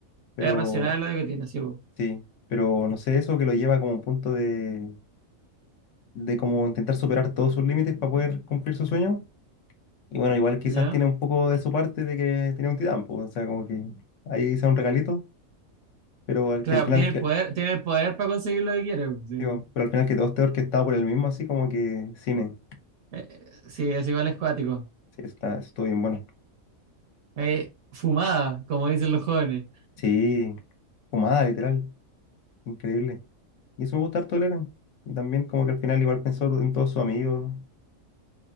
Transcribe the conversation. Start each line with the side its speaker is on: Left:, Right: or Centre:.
Left: pero
Right: Es racional lo que tiene, sí, po.
Left: sí, pero no sé, eso que lo lleva como a un punto de, de como intentar superar todos sus límites para poder cumplir su sueño. Y bueno, igual quizás
Right: Ya.
Left: tiene un poco de su parte de que tiene un titán, pues, o sea, como que ahí sea un regalito, pero al
Right: Claro,
Left: que al final
Right: tiene
Left: que...
Right: el poder, tiene el poder para conseguir lo que quiere, po, sí.
Left: Digo, pero al final que todo esté orquestado por el mismo, así como que cine.
Right: Eh, sí, es igual es cuático.
Left: Sí, está, estuvo bien bueno.
Right: Eh, fumada, como dicen los jóvenes.
Left: Sí, fumada, literal. Increíble. Y eso me gusta harto de Leran. Y también como que al final igual pensó en todos sus amigos.